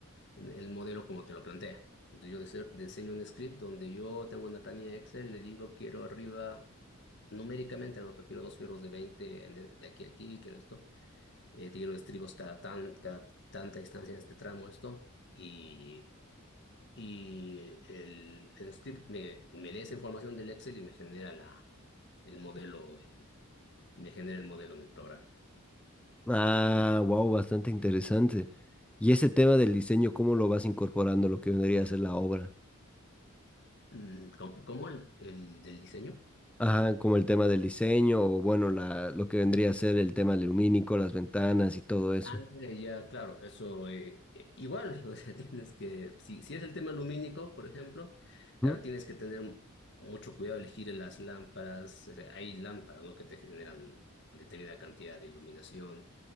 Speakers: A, on the left (about 55°); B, in the centre.
A: en el modelo como te lo plantea. Entonces yo dise- diseño un script donde yo tengo una planilla de Excel, le digo quiero arriba numéricamente, anoto quiero dos fierros de 20 en el- de aquí a aquí, quiero esto, eh, quiero estribos cada, tan, cada tanta distancia en este tramo, esto, y, y el, el script me, me lee esa información del Excel y me genera la, el modelo, en- me genera el modelo en el programa.
B: Ah, wow, bastante interesante. Y ese tema del diseño, ¿cómo lo vas incorporando a lo que vendría a ser la obra?
A: Mm, ¿Cómo, cómo el, el del diseño?
B: Ajá, como el tema del diseño o bueno, la, lo que vendría a ser el tema lumínico, las ventanas y todo eso.
A: Ah, ya, claro, eso eh, eh, igual, <laughs> o sea, tienes que, si, si es el tema lumínico, por ejemplo, claro,
B: Ujú.
A: tienes que tener mucho cuidado elegir las lámparas, o sea, hay lámparas, ¿no? que te generan determinada cantidad de iluminación,